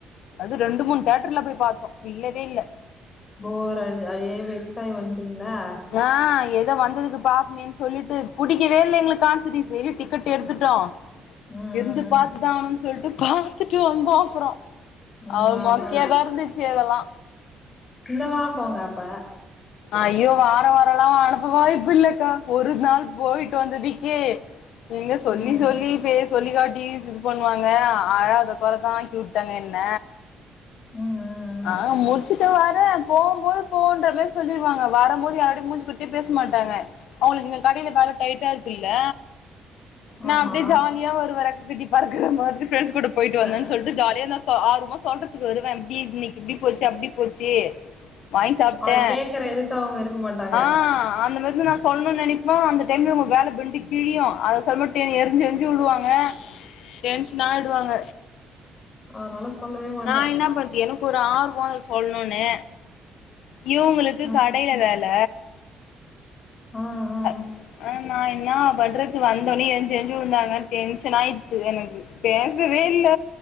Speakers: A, on the left (about 80°); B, on the left (about 35°).
A: அது ரெண்டு மூன் தேட்டர்ல போய் பாத்தோ இல்லவே இல்ல
B: போர் அடுச் அதே வெக்ஸ் ஆய் வன்டீங்ளா
A: ஆ ஏதோ வந்ததுக்கு பாப்மேன் சொல்லிட்டு புடிக்கவே இல்ல எங்ளுக்கு கான் சிட்டிசு இரு டிக்கெட் எடுத்துட்டோ
B: ம் ம்
A: இருந்து பாத்துதா ஆகணுன் சொல்ட்டு பாத்துட்டு வந்தோ அப்றோ
B: ம் ம்
A: அவ
B: ஆமா
A: மொக்கயாதா இருந்துச்சு அதெல்லா
B: இந்த வாரோ போங்க அப்ப
A: அயோ வார வாரல்லா அனுப்ப வாய்ப்பில்லக்கா ஒரு நாள் போய்ட்டு வந்ததுக்கே நீங்க சொல்லி
B: ம் ம்
A: சொல்லி பேஸ் சொல்லிகாட்டி இது பண்வாங்க அ அழாத கொறதா ஆக்கிவுட்டாங்க என்ன
B: ம் அ
A: ஆ முச்சிட்டு வரே போம்போது போன்ற மேரி சொல்லிருவாங்க வரம் போது யாரோடயு மூஞ்சி குட்த்தே பேச மாட்டாங்க அவுங்ளுக்கு இங்க கடைல வேல டைட்டா இருக்குல்ல நா
B: ஆமா
A: அப்டே ஜாலியா வருவ றெக்ககட்டி பறக்குற மாதிரி ஃப்ரெண்ஸ் கூட போய்ட்டு வந்தே
B: அ,
A: சொல்ட்டு ஜாலியா நா து ஆர்வமா சொல்றதுக்கு வருவ இப்டி இன்னிக்கி இப்டி போச்சு அப்டி போச்சு வாங்க் சாப்ட்ட
B: அத கேக்குற இதுக்கு அவங்க இருக்க மாட்டாங்க
A: ஆ அந்த மார்தா நா சொல்னுன் நெனிப்பமா அந்த டைம்ல இவ்ங்க வேல பெண்டு கிழியு அத செமட்டெ எரிஞ்சி எரிஞ்சி விழுவாங்க டென்ஷன் ஆய்டுவாங்க
B: அதனால சொல்லவே மாட்டே
A: நா இன்ன பண்து எனக்கு ஒரு ஆர்வோ சொல்ணுனு இவுங்ளுக்கு
B: ஆ
A: கடைல வேல
B: ஆ ஆ
A: அ ஆ நா என்னா பண்ற வந்தொன்னே எஞ்சு எஞ்சு உழுந்தாங்க டென்ஷன் ஆய்த்து எனக்கு பேசவே இல்ல